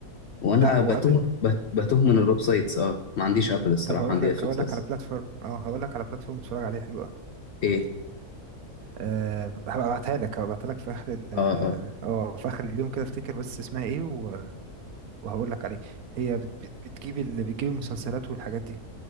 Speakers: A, on the left; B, on the right.
A: وأنا
B: لا هو
A: بتوه
B: ابل
A: بت- بتوه من الويب سايتس أه ما عنديش أبل الصراحة
B: طب هقول
A: عندي
B: لك
A: نتفليكس
B: هقول لك
A: بس
B: على بلاتفورم اه هقول لك على بلاتفورم تتفرج عليها حلوه
A: إيه
B: أه هبقى ابعتها لك هبقى ابعتها لك في اخر ال- اه
A: أه آه.
B: آه، في اخر اليوم كده افتكر بس اسمها ايه و- وهقول لك عليه هي بت- بت- بتجيب ال- بتجيب المسلسلات والحاجات دي